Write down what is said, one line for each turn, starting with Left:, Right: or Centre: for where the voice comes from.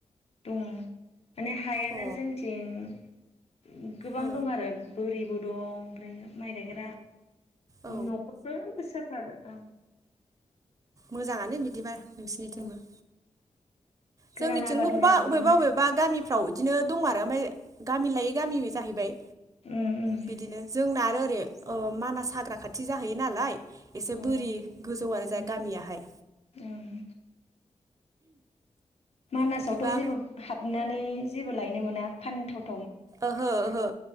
Left: दङ। माने हायानो
Right: अ
Left: जोंथिं गोबां
Right: ओ
Left: दं आरो बोरि बो। दं ओमफ्रायो माइ गायग्रा।
Right: औ
Left: नख'रफ्रोमबो साफात ओं
Right: मोजांङानो बिदि बिदिबा नोंसिनिथिंबो
Left: ओं गोरान
Right: जोंनिथिंबो
Left: आबाद
Right: अबेबा
Left: होनबा बेनो
Right: अबेबा अबेबा गामिफ्राव बिदिनो दं आरो ओमफ्राय गामि लायै गामि जाहैबाय
Left: उम उम
Right: बिदिनो जोंना आरो ओरै ओ मानास हाग्रा खाथि जाहैयो नालाय एसे
Left: अ
Right: बोरि गोजौआनो
Left: उम
Right: जाय गामियाहाय
Left: ओं मानासावथ
Right: बिदिबा
Left: जेबो हाबनानै जेबो लायनो मोना फानथाव
Right: ओहो ओहो